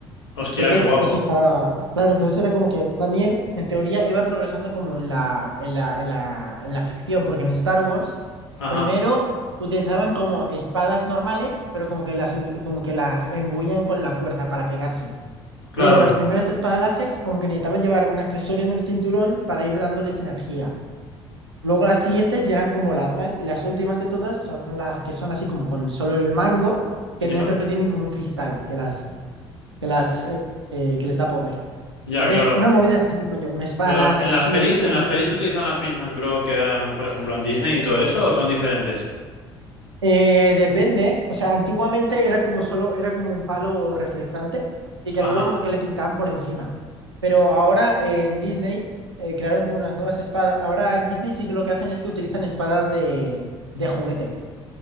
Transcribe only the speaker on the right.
Entonces,
eso está claro. Entonces era como que también, en teoría, iba progresando como en la, en la, en la, en la ficción, porque en Star Wars,
primero utilizaban como espadas normales, pero como que las, u- como que las embuían con la fuerza para pegarse.
Luego, las primeras espadas láseres, como que necesitaban llevar un accesorio en el cinturón para ir dándoles energía. Luego, las siguientes ya eran como lanzas, y las últimas de todas son las que son así como con solo el mango, que
dentro tienen como un cristal que las, que las, eh, eh, que les da poder.
Entonces,
una movida así, rollo, una espada
láser
así,
eso
es lo que
me
gustaría.
Eh, depende, o sea, antiguamente era como solo, era como un palo reflectante y que
luego como que le pintaban por encima. Pero ahora eh, en Disney eh, crearon como unas nuevas espadas. Ahora en Disney sí que lo que hacen es que utilizan espadas de, de juguete.